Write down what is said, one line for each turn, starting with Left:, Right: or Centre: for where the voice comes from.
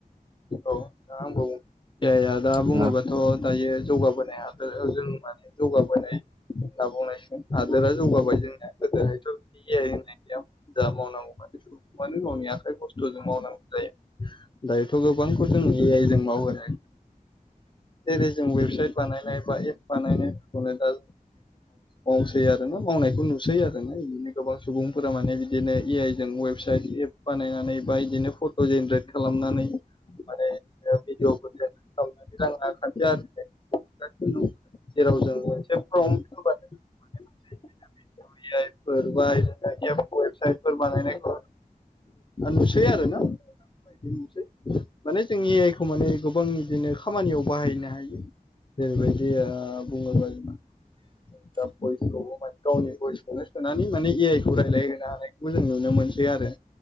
Left: औ जाया दा बुङोबाथ'
Right: औ
Left: दायो जौगाबोनाय हादोर जों माने जौगाबोनाय होनना बुंनायसगोन हादोरा जौगाबाय जोंनिया गोदोहायथ' ए आइ होननाया गैयाबो। जा मावनांगौ माथ सुबुंखौ मानो गावनि आखाइ बुस्थुजों मावनांगौ जायो। दायोथ' गोबांखौ जों ए आइ जों मावो।
Right: <inaudible>
Left: जेरै जों वेबसाइट बानायनाय बा एप बानायफोरखौनो दा मावसै आरोना मावनायखौ नुसै आरो ना बिदिनो गोबां सुबुंफोरा माने बिदिनो ए आइ जों वेब फिसा एप बानायनानै बा बिदिनो फट' जेनेरेट खालामनानै माने भिडिअ रां खाथि आरो <unintelligible> नुगासिनो दं जेराव जों मोनसे फर'नथ होबानो बिदोनो भिडिअ एआय फोर बा बिदोनो वबसाइट बानायनायफोर नुसै आरो ना नुसै माने जों ए आइ खौ माने गोबां बिदिनो खामानियाव बाहायनो हायो जेरैबायदि ओ बुङो बा जों
Right: <inaudible>
Left: दा भयसखौबो माने गावनि भयसखौनो सोनानै माने ए आइ खौ रायज्लाय होनोनो हानायखौबो जों नुनो मोनसै आरो।